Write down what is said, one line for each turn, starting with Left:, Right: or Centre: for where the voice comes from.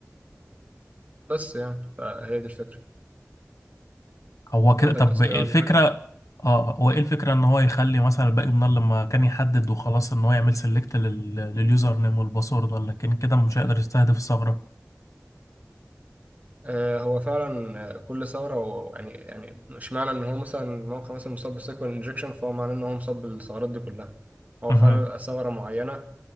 Right: بس يعني فهي دي الفكرة
Left: هو كده
Right: عندك
Left: طب
Right: اسئلة
Left: إيه
Right: ولا
Left: الفكره
Right: حاجة
Left: اه هو ايه الفكره ان هو يخلي مثلا الباقي من لما كان يحدد وخلاص ان هو يعمل سيلكت لليوزر نيم والباسورد ولا كان كده مش هيقدر يستهدف الثغره
Right: آه، هو فعلا كل ثوره هو يعني يعني مش معنى ان هو مثلا موقع مثلا مصاب بالسيكوال انجكشن فهو معناه ان هو مصاب بالثغرات دي كلها هو
Left: مهم.
Right: فعلا بيبقى ثغره معينه